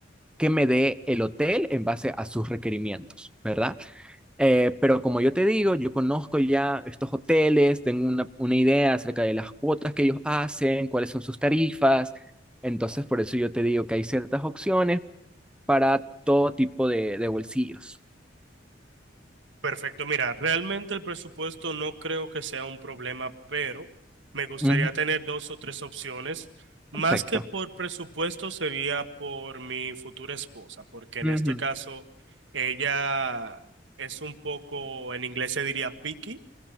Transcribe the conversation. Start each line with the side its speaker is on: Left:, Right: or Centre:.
Centre: que me dé el hotel en base a sus requerimientos, ¿verdad? Eh, pero como yo te digo, yo conozco ya estos hoteles, tengo una, una idea acerca de las cuotas que ellos hacen, cuáles son sus tarifas. Entonces, por eso yo te digo que hay ciertas opciones para todo tipo de, de bolsillos.
Right: Perfecto, mira, realmente el presupuesto no creo que sea un problema, pero me gustaría
Centre: Ujú,
Right: tener dos o tres opciones. Más
Centre: perfecto.
Right: que por presupuesto sería por mi futura esposa, porque en
Centre: Ujú.
Right: este caso ella es un poco, en inglés se diría picky,